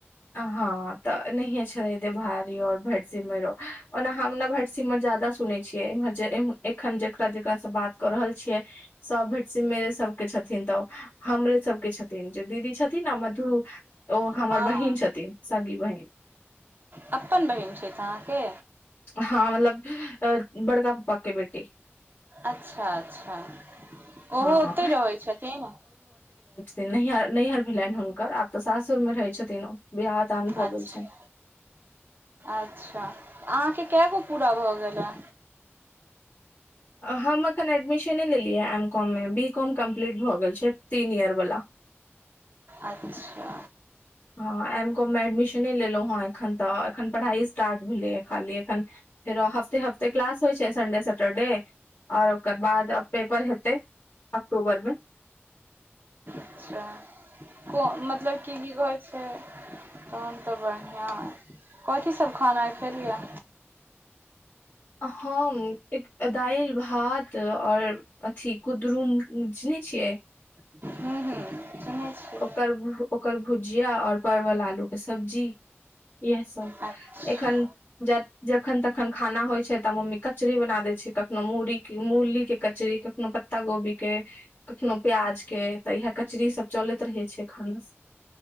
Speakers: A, on the left (about 40°); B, on the right (about 45°).
A: हँ तऽ नैहिए छोड़ेतै भाबियो और भैट- सिमरो ओना हमना भटसिमर जादा सुने छियै इम्हर जे इम एखन जेकरा- जेकरा सँ बात- कऽ रहल छियै सब भेटसिमरे सब के छथिन तऽ। हमरे सबके छथिन जे दीदी छथिन नऽ मधु। ओ हमर
B: हँ
A: बहिन छथिन सगी बहिन।
B: अपन बहिन छैथ आहाँके।
A: हँ मतलब अ बड़का पप्पा के बेट-
B: अच्छा- अच्छा ओहो
A: हँ
B: ओतैय रहै छथिन?
A: नैहर-नैहर भेलैन हुनकर आब तऽ सासुर मे रहै छथिन ओ बियाह दान भऽ
B: अच्छा
A: गेल छैन।
B: अच्छा आहाँके केए गो पूरा भऽ गेल ए?
A: हम एखन एडमिशने लेलियै एम कॉम मे बी कॉम कम्प्लीट भऽ गेल छै तीन इयर बला।
B: अच्छा
A: हँ एम कॉम मे एडमिशने लेलौ हेँ एखन तऽ एखन पढ़ाइ स्टार्ट भेलैए खाली एखन। फेरो हफ्ते -हफ्ते क्लास होय छै सन्डे सटरडे। आऔर ओकर बाद पेपर हेतै अक्टूबरमे।
B: अच्छा को मतलब की- की कहै। छै तहन तऽ बढ़िआँ अइ कथी सब खाना आय खेलियै?
A: हम एक दैल, भात, और- अथि कुदरूम चिन्है छियै?
B: हुँ, हूँ। सुनै छियै
A: ओकर-ओकर भुजिया और परवल आलू- सब्जी इहे सब
B: अच्छा
A: एखन जखन तखन खाना होय छै। तऽ मम्मी कचरी बना देै छै कखनो मुरी मुरली के कचरी, कखनो पत्ता गोभी के- कखनो प्याज के तऽ इएह कचरीसब चलैत रहै छै खाना-